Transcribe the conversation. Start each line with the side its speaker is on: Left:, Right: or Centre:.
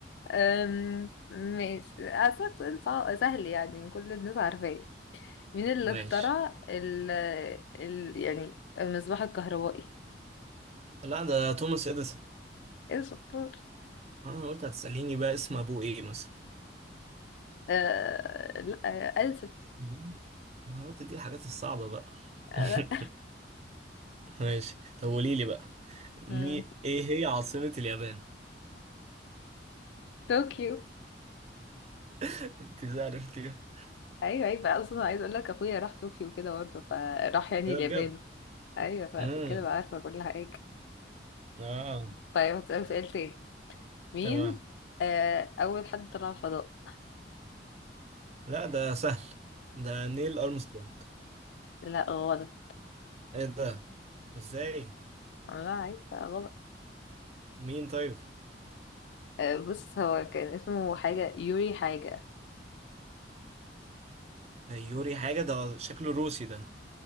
Left: أم، ماشي أسألك سؤال صع- سهل يعني كل الناس عارفاه مين اللي
Right: ماشي
Left: اخترع ال ال يعني المصباح الكهربائي
Right: لا ده توماس اديسون
Left: ايه شطار
Right: انا قلت هتسأليني بقى اسم ابوه ايه مثلا
Left: أه لا أه، ألسن
Right: ده- انا قلت دي الحاجات الصعبة بقى <laughs>
Left: آه، لا
Right: ماشي طب قولي لي بقى مي...
Left: <laughs> مم،
Right: ايه هي عاصمة اليابان
Left: طوكيو
Right: <laughs> انت عرفتي كده
Left: ايوه ايوه بقى، اصلا عايز اقول لك اخويا راح طوكيو كده برضه فراح يعني
Right: بجد
Left: اليابان ايوه فعشان
Right: امم
Left: كده بقى عارفه كل حاجه
Right: اه
Left: طيب هسألك سؤال تاني مين
Right: تمام
Left: آه أول حد طلع الفضاء
Right: لا ده سهل ده نيل أرمسترونج
Left: لا غلط
Right: ايه ده ازاي
Left: عملها عيب بقى غلط
Right: مين طيب
Left: آه بص هو كان اسمه حاجة يوري حاجة
Right: يوري حاجة ده شكله روسي ده